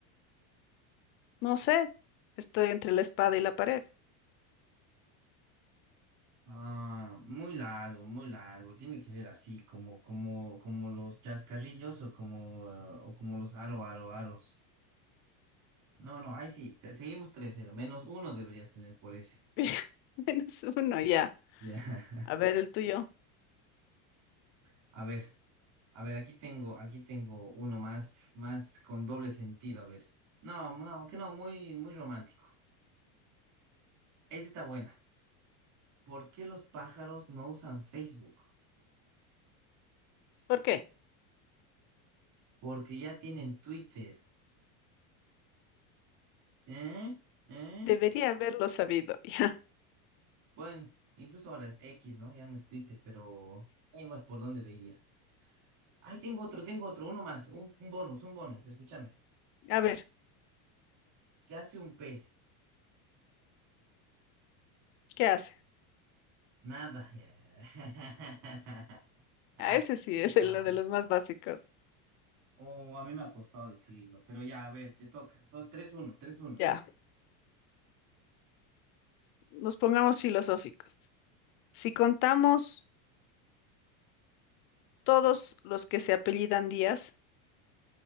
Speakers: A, on the left; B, on the right.
A: No sé. Estoy entre la espada y la pared.
B: Ah, muy largo, muy largo. Tiene que ser así, como, como, como los chascarrillos o como, eh, o como los aro, aro, aros. No, no, ahí sí, te- seguimos tres cero, Menos uno deberías tener por ese.
A: <laughs> Menos uno, ya.
B: Ya.
A: A ver el tuyo.
B: <laughs> A ver, a ver, aquí tengo, aquí tengo uno más, más con doble sentido. A ver. No, no, que no, muy, muy romántico. Esta está buena. ¿Por qué los pájaros no usan Facebook?
A: ¿Por qué?
B: Porque ya tienen Twitter. ¿Eh? ¿Eh?
A: Debería haberlo sabido. <laughs>
B: Bueno, incluso ahora es X, ¿no? Ya no es Twitter, pero ahí vas por donde veía. Ay, tengo otro, tengo otro, uno más, un, un bonus, un bonus, escúchame.
A: Ya. A ver,
B: ¿Qué hace un pez?
A: ¿qué haces?
B: Nada. ya. <laughs> Ay,
A: A ese sí
B: está
A: es el
B: bueno.
A: de los más básicos.
B: O a mí me ha costado decirlo, pero ya, a ver, te toca. Dos, tres, uno, tres, uno.
A: Ya, nos pongamos filosóficos. Si contamos todos los que se apellidan Díaz,